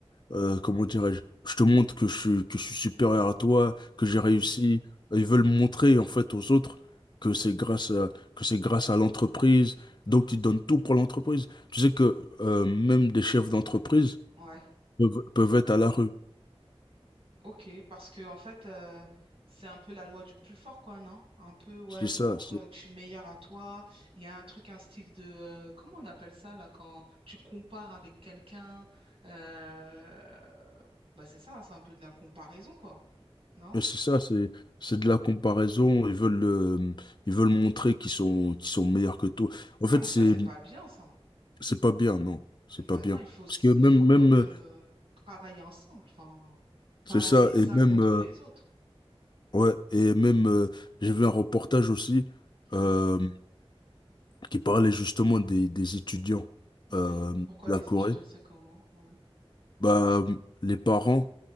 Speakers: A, on the left (about 45°); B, on the right (about 65°).
A: euh, comment dirais-je, je te montre que je, suis- que je suis supérieur à toi, que
B: Hmm.
A: j'ai réussi. Ils veulent montrer, en fait, aux autres que c'est grâce à, que c'est grâce à l'entreprise, donc ils donnent tout pour l'entreprise. Tu sais que, euh, même des chefs d'entreprise
B: Ouais.
A: peuvent, peuvent être à la rue.
B: Ok, parce que en fait, euh, c'est un peu la loi du plus fort, quoi, non? Un peu, ouais,
A: C'est
B: je
A: ça,
B: montre euh, que je suis meilleure à toi. Il y a un truc, un style de, euh, comment on appelle ça, là, quand tu compares avec quelqu'un, euh, bah c'est ça, hein, c'est un peu de la comparaison, quoi, non?
A: Mais C'est ça, c'est c'est de la comparaison. Ils veulent euh, ils veulent montrer qu'ils sont qu'ils sont meilleurs que toi. En
B: Ah,
A: fait,
B: mais
A: c'est
B: ça, c'est pas bien, ça.
A: c'est pas bien, non, c'est
B: Bah
A: pas bien.
B: non, il faut, s-
A: Parce que même
B: il faut quand
A: même
B: même
A: euh,
B: euh, travailler ensemble, enfin, pas
A: c'est ça
B: les
A: et
B: uns
A: même
B: contre
A: euh,
B: les autres.
A: ouais et même euh, j'ai vu un reportage aussi
B: Ouais,
A: euh, qui parlait justement des des étudiants
B: ouais.
A: euh,
B: Pourquoi
A: de
B: les
A: la Corée.
B: étudiants, c'est comment? Ouais.
A: Bah les parents